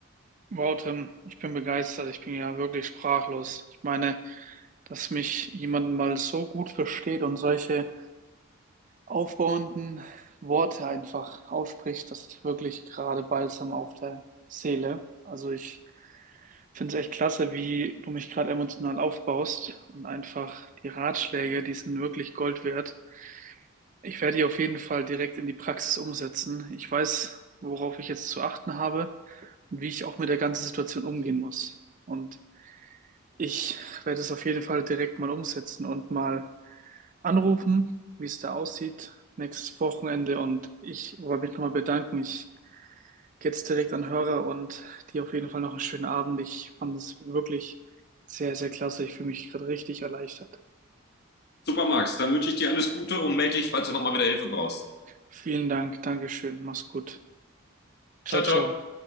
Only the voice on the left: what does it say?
Super, Max. Dann wünsche ich dir alles Gute und melde dich, falls du nochmal wieder Hilfe brauchst.
Ciao,
ciao.